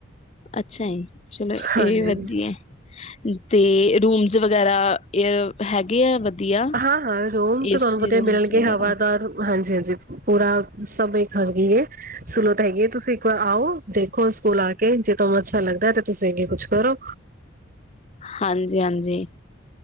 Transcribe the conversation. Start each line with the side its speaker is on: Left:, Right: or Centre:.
Left: ਅੱਛਾ ਜੀ ਚਲੋ ਇਹ
Right: ਹਾਂਜੀ।
Left: ਵੀ ਵਧੀਆ ਤੇ ਰੂਮਜ਼ ਵਗੈਰਾ। ਏਅਰ ਹੈਗੇ ਆ ਵਧੀਆ।
Right: ਹਾਂ ਹਾਂ, ਰੂਮ ਤਾਂ
Left: ਏਸੀ
Right: ਤੁਹਾਨੂੰ ਪਤਾ
Left: ਰੂਮਸ
Right: ਮਿਲਣਗੇ
Left: ਵਗੈਰਾ
Right: ਹਵਾਦਾਰ ਹਾਂਜੀ ਹਾਂ। ਪੂਰਾ ਸਭ ਇੱਕ <unintelligible> ਸੁਲੋ ਤਾਂ ਹੈਗੀ ਹੈ ਤੁਸੀਂ ਇੱਕ ਵਾਰ ਆਓ ਦੇਖੋ ਸਕੂਲ ਆ ਕੇ ਜੇ ਤੁਹਾਨੂੰ ਅੱਛਾ ਲੱਗਦਾ ਤੇ ਤੁਸੀਂ ਅੱਗੇ ਕੁਛ ਕਰੋ।
Left: ਹਾਂਜੀ ਹਾਂਜੀ।